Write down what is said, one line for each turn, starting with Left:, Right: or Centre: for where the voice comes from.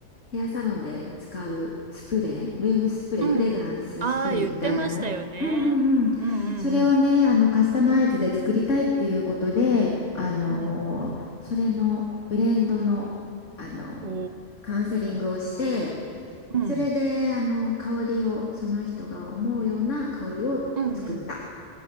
Left: ヘアサロンで使うスプレー、ルームスプレー、
Right: うんうん。
Left: フレグランススプレーみたいの、
Right: ああー、言ってましたよね。
Left: うんうんうん、
Right: うんうんうん。
Left: それをね、あの、カスタマイズで作りたいっていうことで、あの、
Right: うん。
Left: それのブレンドの、あの、
Right: お
Left: カウンセリングをして、
Right: ー。うん。
Left: それで、あの、香りを、その人が思うような香りを作った。
Right: うんうん。